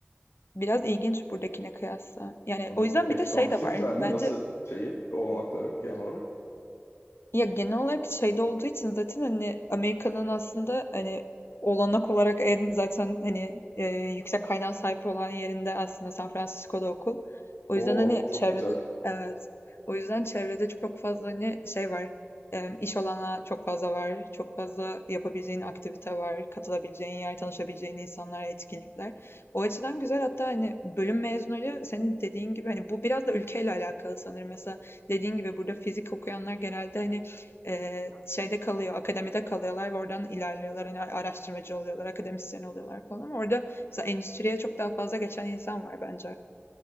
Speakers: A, on the left; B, on the left.
A: Biraz ilginç buradakine kıyasla. Yani
B: Anladım.
A: o yüzden
B: Peki
A: bir de
B: kampüsü
A: şey de var.
B: güzel mi?
A: Bence
B: Nasıl şeyi, olanakları genel olarak?
A: ya genel olarak şeyde olduğu için zaten hani Amerika'nın aslında hani olanak olarak en zaten hani e, yüksek kaynağa sahip olan yerinde aslında San Francisco'da okul. O
B: Oo,
A: yüzden hani
B: çok
A: çevrede
B: güzel
A: evet. O yüzden çevrede çok fazla hani şey var. E, iş olanağı çok fazla var. Çok fazla yapabileceğin aktivite var. Katılabileceğin yer, tanışabileceğin insanlar, etkinlikler. O açıdan güzel hatta hani bölüm mezunları senin dediğin gibi hani bu biraz da ülkeyle alakalı sanırım. Mesela dediğin gibi burada fizik okuyanlar genelde hani Eee, şeyde kalıyor, akademide kalıyorlar ve oradan ilerliyorlar. yani araştırmacı oluyorlar, akademisyen oluyorlar falan. Orada mesela endüstriye çok daha fazla geçen insan var bence